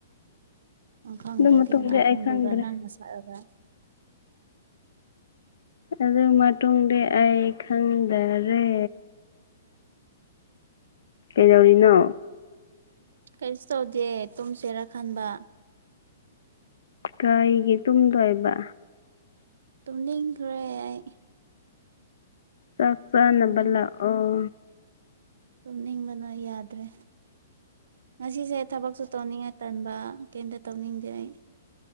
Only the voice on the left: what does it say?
ꯑꯗꯨ ꯃꯇꯨꯡꯗꯤ
ꯑꯩ
ꯈꯪꯗ꯭ꯔꯦ
ꯑꯗꯨ ꯃꯇꯨꯡꯗꯤ ꯑꯩ ꯈꯪꯗꯔꯦ ꯀꯩꯗꯧꯔꯤꯅꯣ
ꯀꯥꯏꯒꯤ ꯇꯨꯝꯗꯣꯏꯕ
ꯆꯥꯛ ꯆꯥꯅꯕ
ꯂꯥꯛꯑꯣ